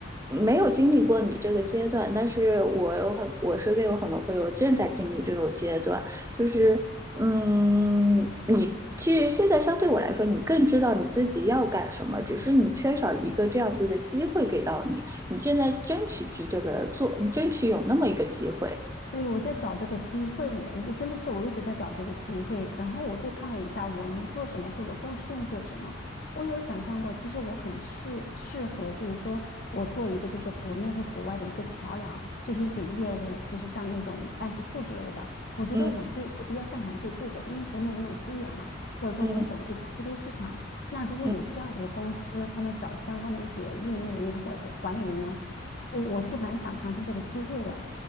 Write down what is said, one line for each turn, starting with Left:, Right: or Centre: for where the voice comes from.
Right: 没有经历过你这个阶段，但是我有很，我身边有很多朋友正在经历这种阶段，就是，嗯，你其实现在相对我来说，你更知道你自己要干什么，只是你缺少一个这样子的机会给到你，你正在争取去这个做，你争取有那么一个机会，
Left: 对，我在找这个机会，你知道，我就真的是我一直在找这个机会。然后我就看了一下我能做什么，或者更适用做什么。我有想象过，其实我很适适合，就是说我做一个就是国内和国外的一个桥梁，就是一些业务，就是像那种办事处之类的。我觉得我最我比较擅长做这个，
Right: 嗯
Left: 因为国内也有资源嘛，或者说我也懂这边欧洲市场。
Right: 嗯
Left: 那如果有这样子的公司，
Right: 嗯
Left: 他们找相关的一些运营人员或者管理人员，我我是蛮想尝试这个机会的。